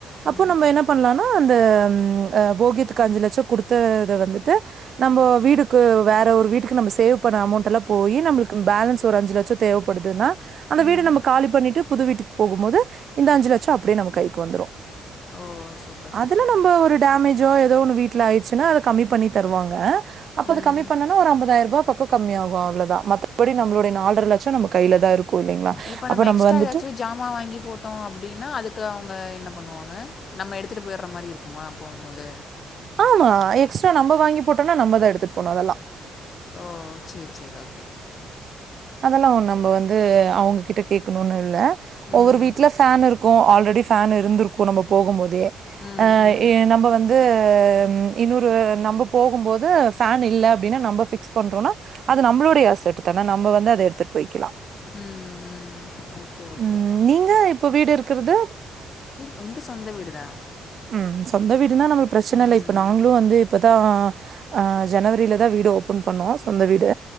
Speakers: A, on the right (about 55°); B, on the left (about 50°).
A: அப்போ
B: ம்
A: நம்ப என்ன பண்ணலன்னா அந்த ம் அ போகியத்துக்கு அஞ்சு லட்சம் குடுத்தத வந்துட்டு நம்போ வீடுக்கு வேற ஒரு வீட்டுக்கு நம்ம சேவ் பண்ண அமௌண்ட் எல்லா போயி நம்மளுக்கு பேலன்ஸ் ஒரு அஞ்சு லட்ச் சம் தேவ படுதுன்னா அந்த
B: ம்
A: வீடு நம்ம காலி பண்ணிட்டு புது வீட்டுக்கு போகும் போது இந்த அஞ்சு லட்சம் அப்படியே நம்ம கைக்கு வந்துரும்
B: ஓ சூப்பர் சூப்பர்
A: அதுல நம்ப ஒரு டமேஜோ ஏதோ ஒண்ணு வீட்ல ஆயிடுச்சுன்னா அத கம்மி பண்ணி தருவாங்க அப்ப
B: ம்
A: அது கம்மி பண்ணோனா ஒரு ஐம்பதாயிர ரூபா பக்கம் கம்மியாகும் அவ்ளதா மத்தபடி நம்மடைய நால்ற லட் சம் நம்ப கையில தா இருக்கும் இல்லீங்களா
B: இப்போ
A: அப்ப நம்ம
B: எக்ஸ்ட்ரா
A: வந்துட்டு
B: ஏதாச்சும் ஜாமான் வாங்கி போட்டோம் அப்டின்னா அதுக்கு அவுங்க என்ன பண்ணுவாங்க நம்ம எடுத்துட்டு போயிற மாரி இருக் குமா போம் போது
A: ஆமா எக்ஸ்ட்ரா நம்ப வாங்கி போட்டோன்னா நம்ப தா எடுத்துட்டு போனு அதெல்லா
B: ஓ சேரி சேரி ஓகே
A: அதெல்லா நம்ப வந்து அவங்க கிட்ட கேக்ணுன் இல்ல
B: ம்
A: ஒவ்வொரு வீட்டுல ஃபேன் இருக்குன் ஆல்ரெடி ஃபேன் இருந்திருக்கு நம்ப போகும் போதே
B: ம்
A: அ
B: ம்
A: ஏ நம்ப வந்து இன்னொரு நம்ப போகும்போது ஃபேன் இல்ல அப்பிடின்னா நம்பபிக் க்ஸ் பண்றோனா அது நம்ளோடைய அசட்டு தானா நம்ப வந்து அத எடுத்திட் போய்க்கலா
B: ம் ம் ஓகே ஓகே
A: ம் நீங்க இப்போ வீடு இருக்கிறது
B: வந்து சொந்தவீடு தா
A: ம் சொந்தவீடுன்னா நம்மளு பிரச்சன
B: ம்
A: இல்ல இப்ப நாங்களு வந்து இப்பதா அ ஜனவரில தா வீடு ஓப்பன் பண்ணோ சொந்த வீடு
B: ஓ